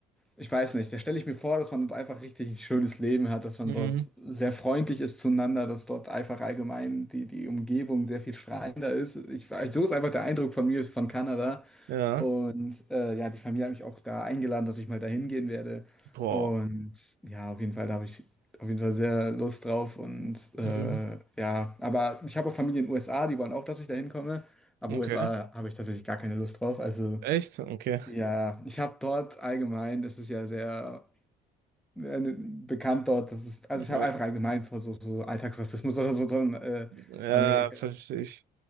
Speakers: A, in the centre; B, on the right.
A: Ich weiß nicht, da stelle ich mir vor, dass man dort einfach richtig ein schönes Leben hat, dass man
B: Mhm.
A: dort sehr freundlich ist zueinander, dass dort einfach allgemein die, die Umgebung sehr viel strahlender ist. Ich, so ist einfach der Eindruck von mir von Kanada.
B: Ja.
A: Und äh, ja, die Familie hat mich auch da eingeladen, dass ich mal dahin gehen werde.
B: Boah.
A: Und ja, auf jeden Fall, da habe ich auf jeden Fall sehr Lust drauf. Und äh,
B: Mhm.
A: ja, aber ich habe auch Familie in den USA, die wollen auch, dass ich da hinkomme. Aber
B: Okay.
A: USA habe ich tatsächlich gar keine Lust drauf. Also
B: Echt? Okay.
A: ja, ich habe dort allgemein, das ist ja sehr äh, bekannt dort, dass es, also
B: Ja,
A: ich habe einfach allgemein vor so, so Alltagsrassismus oder so drin, äh,
B: ja
A: Amerika.
B: verstehe ich.